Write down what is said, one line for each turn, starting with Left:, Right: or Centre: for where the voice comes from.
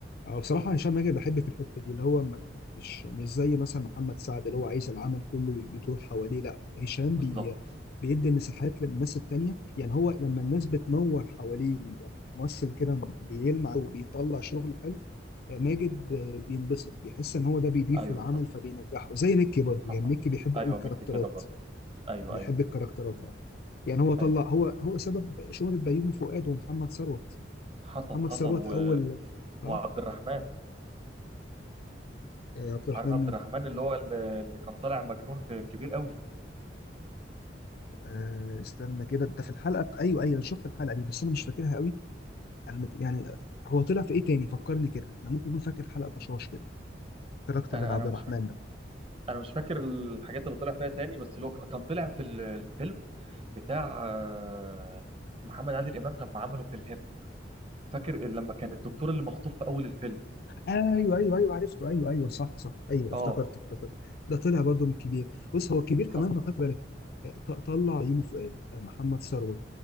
Left: أو بصراحة هشام ماجد بحب في الحتة دي اللي هو م- مش مش زي مثلا محمد سعد اللي هو عايز العمل كله يدور حواليه لا هشام
Right: بالظبط
Left: بي بيدي مساحات للناس التانية يعني هو لما الناس بتنور حواليه ويبقى ممثل كده بيلمع وبيطلع شغل حلو آه، ماجد آه، بينبسط بيحس ان هو ده بيضيف
Right: ايوه
Left: للعمل
Right: حصل
Left: فبينجحه زي ميكي برضه
Right: حصل
Left: يعني ميكي بيحب
Right: ايوه
Left: قوي الكاركترات
Right: ميكي كده برضه ايوه
Left: بيحب
Right: ايوه
Left: الكاركترات اه يعني هو طلع
Right: ايوه
Left: هو هو سبب شهرة بيومي فؤاد ومحمد ثروت
Right: حصل
Left: محمد
Right: حصل
Left: ثروت
Right: و...
Left: اول اه
Right: وعبد الرحمن
Left: آه، عبد الرحمن
Right: عارف عبد الرحمن اللي هو اللي, اللي كان طالع مجنون في كبير قوي
Left: آه، استنى كده انت في الحلقه بت... ايوه ايوه انا شفت الحلقه دي بس انا مش فاكرها قوي انا مت... يعني هو طلع في ايه تاني فكرني كده انا ممكن اكون فاكر حلقه طشاش كده الكاركتر
Right: انا
Left: بتاع عبد
Right: انا
Left: الرحمن
Right: مش فاكر
Left: ده
Right: انا مش فاكر الحاجات اللي طلع فيها تاني بس اللي هو كان طلع في ال- الفيلم بتاع آه، محمد عادل امام لما عمله في الهند فاكر لما كان الدكتور اللي مخطوف في اول الفيلم
Left: ايوه ايوه ايوه عرفته ايوه ايوه صح صح ايوه افتكرت
Right: اه
Left: افتكرت ده طلع برضه من الكبير بص هو الكبير
Right: حصل
Left: كمان لو خدت بالك آه، ط- طلع يومه فؤاد آه، محمد ثروت